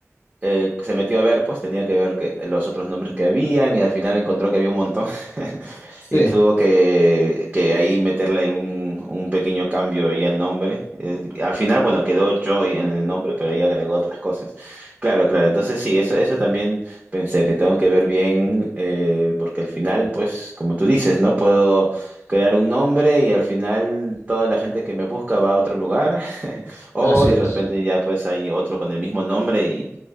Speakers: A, on the right; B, on the left.
A: eh, se metió a ver, pues tenía que ver que, los otros nombres que habían y al final encontró que había un montón <laughs>
B: sí,
A: y tuvo que, que ahí meterle un, un pequeño cambio y el nombre. Eh, al final, bueno, quedó Joy en el nombre, pero ahí agregó otras cosas. Claro, claro, entonces sí, eso, eso también pensé que tengo que ver bien eh, porque al final, pues como tú dices, ¿no? Puedo... crear un nombre y al final toda la gente que me busca va a otro lugar <laughs> o
B: así
A: de
B: es.
A: repente ya pues hay otro con el mismo nombre y,